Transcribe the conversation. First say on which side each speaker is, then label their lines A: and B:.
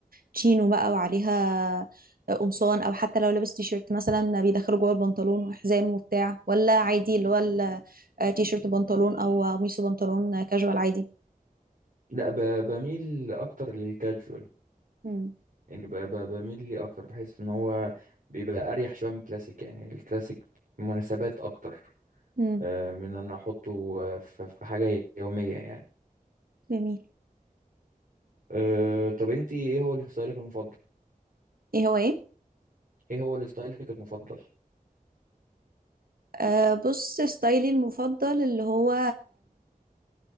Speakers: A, on the right (about 75°); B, on the right (about 60°).
A: تشينو بقى وعليها قمصان او حتى لو لابس تيشيرت مثلا بيدخله جوه البنطلون وحزام وبتاع ولا عادي اللي هو ال- آه، تيشيرت بنطلون او قميص بنطلون كاجوال عادي
B: لا ب- بميل اكتر للكاجوال
A: امم
B: يعني ب- ب- بميل ليه اكتر بحس ان هو بيبقى اريح شويه من الكلاسيك يعني الكلاسيك مناسبات اكتر
A: امم
B: آه، من ان انا احطه آه، في في حاجة يومية يعني
A: جميل
B: آه، طب انت ايه هو الستايلك المفضل
A: ايه هو ايه
B: ايه هو الستايلك المفضل
A: آه بص ستايلي المفضل اللي هو